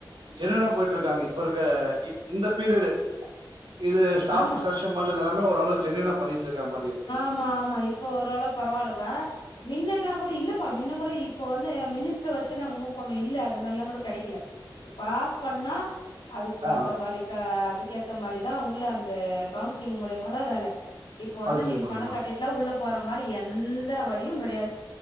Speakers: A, on the right (about 75°); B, on the left (about 85°).
A: ஜென்னியூனா போயிட்டு இருக்காங்க இப்ப இருக்க இந்த பீரியடு இது ஸ்டாஃப்
B: ஆமா
A: செலக்ஷன் பண்றது எல்லாமே ஓரளவு ஜென்னியூனா பண்ணிட்டு இருக்க மாதிரி இருக்கு
B: ஆமா ஆமா இப்ப ஓரளவு பரவால்லதா மின்னன்னா கூட இல்லப்பா மின்ன கூட இப்போ வந்து மினிஸ்டர் வச்சி நாங்க மூவ் பண்ணோ இல்ல அந்த மாரில்லா கூட கெடைக்கல பாஸ் பண்ணா அதுக்கு
A: ஆ
B: ஏத்த மாரி க அதுக்கேத்த மாரிதா உள்ள அந்த கவுன்சிலிங் மூலியமா தா வேல இப்ப
A: கவுன்சிலிங்
B: வந்து நிம்
A: மூலியமா
B: பணம் கட்டிட்டுலாம் உள்ள போற மாரி எந்த வழியும் கிடையாது